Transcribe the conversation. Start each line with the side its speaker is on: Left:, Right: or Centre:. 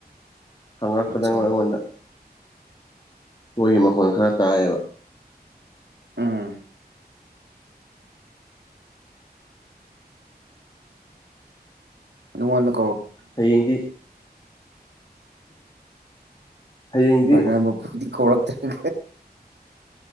Left: ꯍꯉꯛꯄꯗ
Right: ꯑꯠꯆꯥ
Left: ꯑꯩꯉꯣꯟꯗ ꯃꯣꯏꯒꯤ ꯃꯈꯣꯟꯜ ꯈꯔ ꯇꯥꯏꯌꯦꯕ
Right: ꯑꯥ ꯅꯉꯣꯟꯅ ꯀ
Left: ꯍꯌꯦꯡꯗꯤ ꯍꯌꯦꯡꯗꯤ
Right: ꯔꯄꯗꯤ ꯀꯔ ꯇꯔ